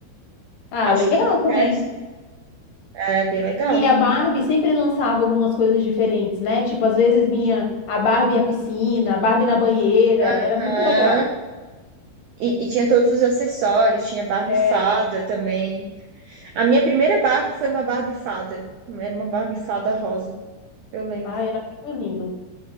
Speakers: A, on the left (about 65°); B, on the right (about 85°).
A: Ah,
B: Acho
A: legal
B: que o de
A: também.
B: resto é bem legal.
A: E a Barbie sempre lançava algumas coisas diferentes, né? Tipo, às vezes vinha a Barbie à piscina, a Barbie na banheira. Era
B: Aham.
A: muito legal.
B: E, e tinha todos os acessórios, tinha Barbie
A: É.
B: fada também. A minha primeira Barbie foi uma Barbie fada. Era uma Barbie fada rosa, eu lembro.
A: Ai, era muito lindo.